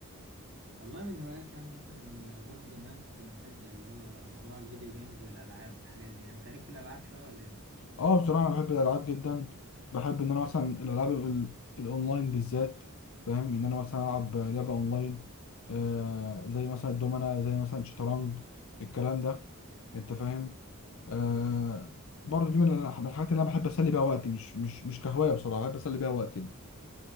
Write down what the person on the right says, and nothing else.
والله من الهوايات يعني مثلا برضو زمان كنت بنحب اللي هو موضوع الفيديو جيمز والألعاب والحاجات دي يعني أنت ليك في الألعاب شوية ولا إيه؟